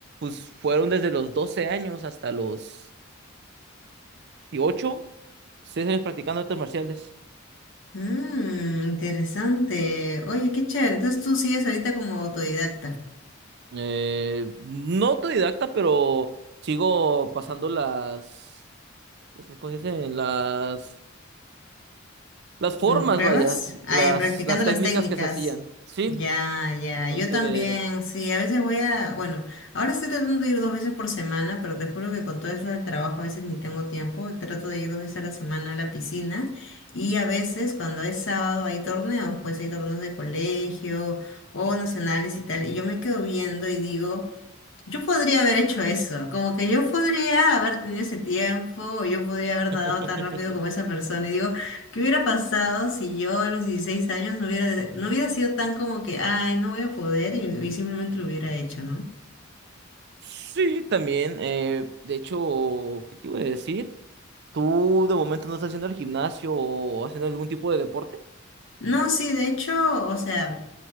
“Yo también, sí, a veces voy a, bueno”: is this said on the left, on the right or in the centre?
Left